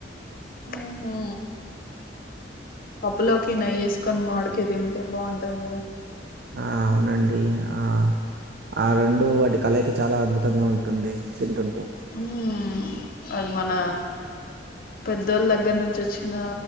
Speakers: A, on the left; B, on the right.
A: ఊహు. పప్పులోకి నెయ్యి యేసుకొని మావిడికాయ తింటే బాగుంటది కదా.
B: ఆ అవునండి. ఆ ఆ రెండు వాటి కలయిక చాలా అద్భుతంగా ఉంటుంది. తింటుంటే.
A: ఉమ్ అది మన పెద్దోళ్ళ దగ్గర నుంచి వచ్చిన